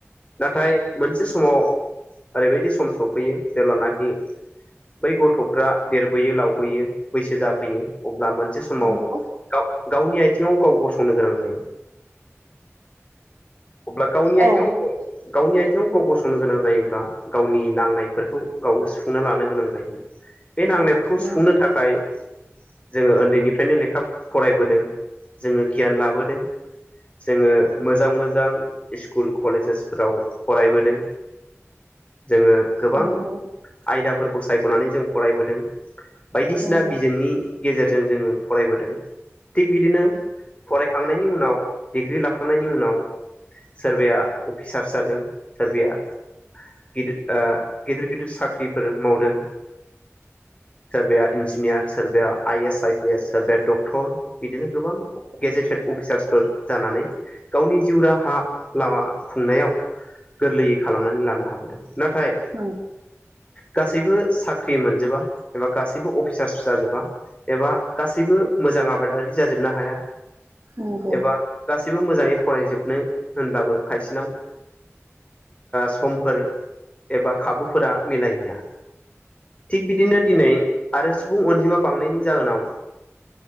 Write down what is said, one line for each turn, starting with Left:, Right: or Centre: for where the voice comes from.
Left: नाथाय मोनसे समाव ओरैबायदि सम सफैयो जेब्लानाखि बै गथ'फ्रा देरबोयो लावबोयो बैसो जाफैयो अब्ला मोनसे समाव
Right: नंगौ
Left: गाव गावनि आथिङाव गाव गसंनो गोनां जायो अब्ला गावनि आथिङाव
Right: औ
Left: गावनि आथिङाव गाव गसंनो गोनां जायोब्ला गावनि नाङा नांनाय गावनो सुंफुंना लानो गोनां जायो बे नांनायफोरखौ
Right: नंगौ
Left: सुफुंनो थाखाय जोङो उन्दैनिफ्रायनो लेखा फरायबोदों जोङो गियान लाबोदों जोङो मोजां मोजां स्कुल कलेजेसफोराव फरायबोदों जोङो गोबां
Right: नंगौ
Left: आयदाफोरखौ सायख'नानै जों फरायबोदों बायदिसिना
Right: नंगौ
Left: बिजोंनि गेजेरजों जोङो फरायबोदों थिग बिदिनो फरायखांनायनि उनाव डिग्रि लाखांनायनि उनाव सोरबाया अफिसार्स जादों सोरबाया गिदिर गिदिर गिदिर साख्रिफोर मावदों सोरबाया इन्जिनियार सोरबाया I S I P S सोरबाया डक्ट डक्टर बिदिनो गोबां गेजेटेड अफिसार्सफोर जानानै गावनि जिउ राहा लामा खुंनायाव गोरलैयै खालामनानै लानो हाबोदों नाथाय
Right: उ
Left: गासैबो साख्रि मोनजोबा एबा गासैबो अफिसार्स जाजोबा एबा गासैबो मोजां आबादारि जाजोबनो हाया
Right: नंगौ
Left: एबा गासैबो मोजाङै फरायजोबनो होनब्लाबो खायसेनाव समफोर एबा खाबुफोरा मिलायहैया थिग बिदिनो दिनै आरो सुबुं अनजिमा बांनायनि जाहोनाव